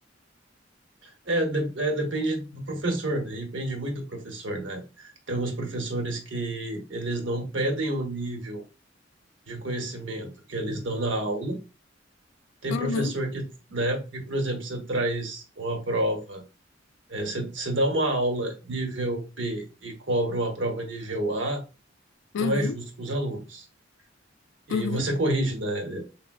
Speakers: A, on the right; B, on the left.
A: É, de- é, depende do professor, né? Depende muito do professor, né? Tem alguns professores que eles não pedem um nível de conhecimento que eles dão na aula. Tem
B: Uhum,
A: professor que, né, porque, por exemplo, você traz uma prova, é, você, você dá uma aula nível B e cobra uma prova nível A, não
B: uhum,
A: é justo com os alunos. E
B: uhum,
A: você corrige, né?